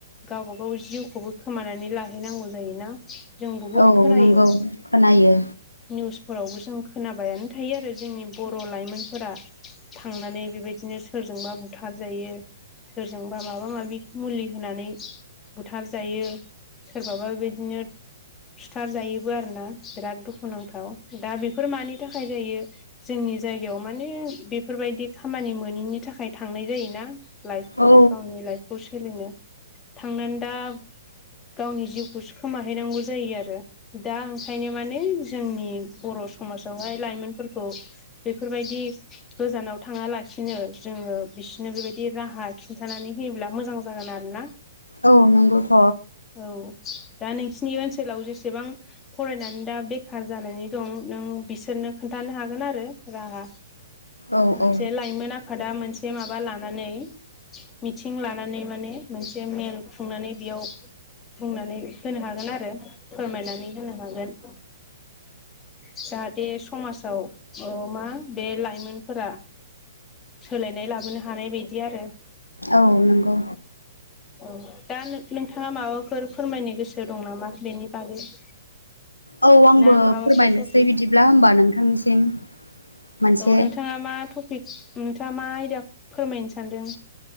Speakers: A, on the left (about 20°); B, on the left (about 85°).
A: गाव बागाव जिउखौबो खोमानानै लाहैनांगौ जायो ना? जों बहुद
B: औ
A: खोनायो।
B: नंगौ खोनायो
A: निउसफोरावबो जों खोनाबायानो थायो आरो। जोंनि बर' लाइमोनफोरा थांनानै बेबायदिनो सोरजोंबा बुथार जायो। सोरजोंबा माबा माबि मुलि होनानै बुथार जायो। सोरबाबा बेदिनो सुथार जायोबो आरो ना। बिराद दुखुनांथाव दा बेफोर मानि थाखाय जायो? जोंनि जायगायाव माने बेफोर बायदि खामानि मोैनि थाखाय थांनाय जायो ना। लायफखौ
B: औ
A: गावनि लायफखौ सोलिनो। थांनानै दा गावनि जिउखौसो खोमाहैनांगौ जायो आरो। दा ओंखायनो माने जोंनि बर' समाजावहाय लाइमोनफोरखौ बेफोर बायदि गोजानाव थाङालासिनो जोङो बिसिनो बेबायदि राहा खिन्थानानै होयोब्ला मोजां जागोन आरो ना।
B: औ नंगौथ'
A: औ दा नोंसिनि ओनसोलाव जेसेबां फरायनानै दा बेखार जानानै दं, नों बिसोरनो खोन्थानो हागोन आरो राहा।
B: औ
A: मोनसे
B: औ
A: लायमोन आफादा मोनसे माबा लानानै। मिथिं लानानै माने मोनसे मेल खुंनानै बेयाव बुंनानै होनो हागोन आरो फोरमायनानै होनो हागोन। जाहाथे समाजाव औ मा बे लाइमोनफोरा सोलायनाय लाबोनो हानाय बायदि आरो।
B: औ नंगौ।
A: ओं दा नों-नोंथाङा माबाफोर फोरमायनो गोसो दं नामा बेनि बागै? <inaudible>
B: औ आंबो
A: ना माबाफोर
B: फोरमायनोसै
A: टपिक
B: बिदिब्ला होमबा नोंथांनिसिम। मोनसे
A: औ नोंथाङा मा टपिक नोंथाङा मा आयदा फोरमायनो सानदों?